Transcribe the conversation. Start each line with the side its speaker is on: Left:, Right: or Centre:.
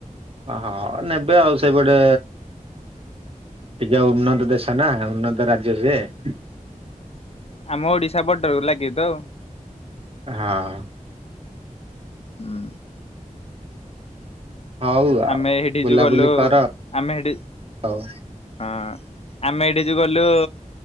Right: ଓହ ନେବେ ଆଉ ସେଇପଟେ ଟିକେ ଆଉ ଉନ୍ନତ ଦେଶ ନା ଉନ୍ନତ ରାଜ୍ୟ ସିଏ।
Left: ଆମ ଓଡିଶା ବର୍ଡରକୁ ଲାଗିକି ତ।
Right: ହଁ।
Left: ହୁଁ
Right: ହଉ ଆଉ
Left: ଆମେ ସେଠି
Right: ବୁଲାବୁଲି
Left: ଯୋଉ ଗଲୁ
Right: କର
Left: ଆମେ ସେଠି
Right: ଆଉ
Left: ହଁ ଆମେ ଏଇଠି ଯୋଉ ଗଲୁ